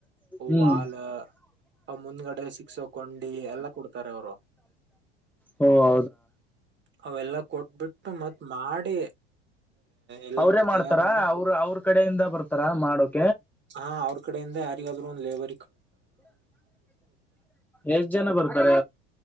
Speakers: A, in the centre; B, on the right.
A: ಹ್ಮ್
B: ವಾಲ್ ಆ ಮುಂದ್ಗಡೆ ಸಿಕ್ಸಕೊಂಡಿ ಎಲ್ಲಾ ಕುಡ್ತಾರೆ ಅವರು
A: ಹ್ಮ
B: ಅವೆಲ್ಲ ಕೊಟ್ಬಿಟ್ಟು ಮತ್ ಮಾಡಿ ಎಲ್ಲ
A: ಅವ್ರೇ ಮಾಡ್ತಾರ
B: ತಯಾರು ಮಾಡಿ
A: ಅವ್ರ ಅವ್ರ ಕಡೆಯಿಂದ ಬರ್ತಾರ ಮಾಡೋಕ
B: ಹಾ ಅವ್ರ ಕಡೆಯಿಂದ ಯಾರಿಗಾದ್ರು ಒಂದ್ ಲೇಬಲ್
A: ಎಷ್ಟ ಜನ ಬರ್ತಾರೆ